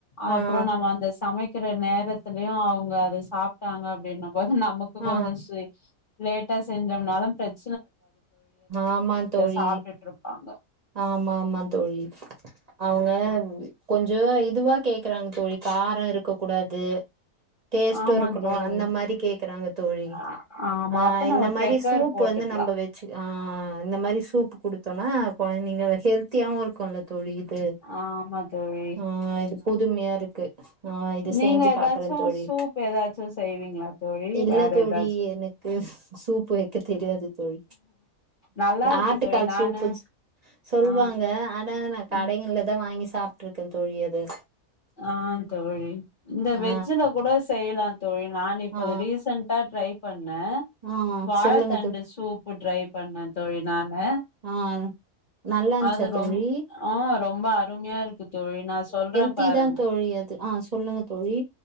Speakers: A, on the right; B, on the left.
A: ஆ
B: அப்ற நம்ம அந்த சமைக் கிற நேரத்துலயு அவுங்க அத சாப் டாங்க அப்டின்னு போது நமக்கு
A: ஆ
B: கொஞ்ச சே லேட்டா செஞ்சோன்னாலு பிரச்
A: ஆமா தோழி
B: சாப்ட்டுட்ருப்பாங்க
A: ஆமா மா தோழி அவுங்க
B: ம் ம்
A: கொஞ் ஜுல இதுவா கேக்குறாங்க தோழி காரோ இருக்க கூடாது டேஸ்டு
B: ஆமா
A: இருக்கணு
B: தோழி
A: அந்த மாரி கேக்குறாங்க தோழி
B: ஆ ஆமா
A: ஆ
B: அப்ப நம்ம
A: இந்த மாரி
B: பெப்பர்
A: சூப்
B: போட்டுக்கலா
A: வந்து நம்ப வச் ஆ இந்த மாரி சூப் குடுத்தோனா கொழந்தைங்க கெல்தியாவு இருக்குல்ல தோழி இது
B: ஆமா தோழி
A: ம் இது புதுமையா இருக்கு ஆ இது
B: நீங்க
A: செஞ்சு
B: ஏதாச்சு
A: பாக்குறே தோழி
B: சூப் ஏதாச்சு செய்வீங்களா தோழி
A: இல்ல
B: வேற
A: தோழி
B: ஏதாச்சு
A: எனக்கு சூப் வைக்க தெரியாது தோழி
B: நல்லா இருக்கு
A: ஆட்டுக்கால்
B: தோழி நானு
A: சூப்பு வச்சு சொல்வாங்க
B: ஆ
A: கடைங்கலதா
B: ம்
A: வாங்கி சாப்டுருக்கே தோழி அது
B: ஆ தோழி இந்த
A: ஆ
B: வெஜ்ஜுல கூட செய்யலாந்தோழி நா நானு இப்ப
A: ஆ
B: அது ரீசண்டா ட்ரை னு
A: ஆ
B: வாழத்தண்டு
A: சொல்லுங்க தோழி
B: சூப்பு ட்ரை பண்ண தோழி நானு
A: ஆ நல்லா இருந்துச்சா
B: அது ரொம்
A: தோழி
B: ரொம்ப அருமையா இருக்கு தோழி நா சொல்றே
A: தி
B: பாருங்க
A: தா தோழி அது ஆ சொல்லுங்க தோழி